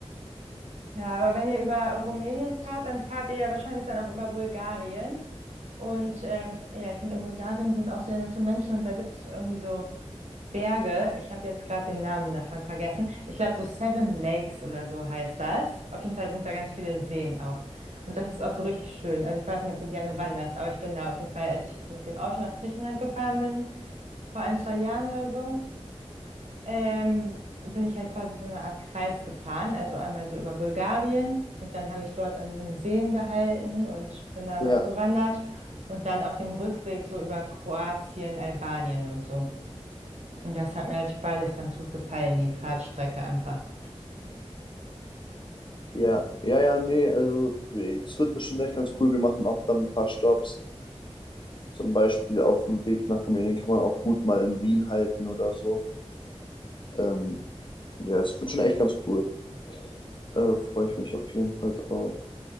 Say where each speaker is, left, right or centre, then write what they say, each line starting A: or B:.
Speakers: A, on the right; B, on the left.
A: Ja, aber wenn ihr über Rumänien fahrt, dann fahrt ihr ja wahrscheinlich dann auch über Bulgarien. Und ähm, ja, ich finde, in Bulgarien sind auch sehr nette Menschen und da gibt es irgendwie so Berge. Ich habe jetzt gerade den Namen davon vergessen. Ich glaube, so Seven Lakes oder so heißt das. Auf jeden Fall sind da ganz viele Seen auch. Und das ist auch so richtig schön. Also ich weiß nicht, ob du gerne wanderst, aber ich bin da auf jeden Fall, als ich mit dem Auto nach Griechenland gefahren bin, vor ein, zwei Jahren oder so, ähm, bin ich halt quasi so eine Art Kreis gefahren, also einmal so über Bulgarien und dann habe ich dort an diesen Seen gehalten und bin dann
B: Ja,
A: auch gewandert und dann auf dem Rückweg so über Kroatien, Albanien und so. Und das hat mir halt beides ganz gut gefallen, die Fahrtstrecke einfach.
B: ja, ja, ja, nee, also es wird bestimmt echt ganz cool. Wir machen auch dann ein paar Stops. Zum Beispiel auf dem Weg nach Rumänien kann man auch gut mal in Wien halten oder so. Ähm, Ja, es wird schon echt ganz cool. Äh, freue ich mich auf jeden Fall drauf.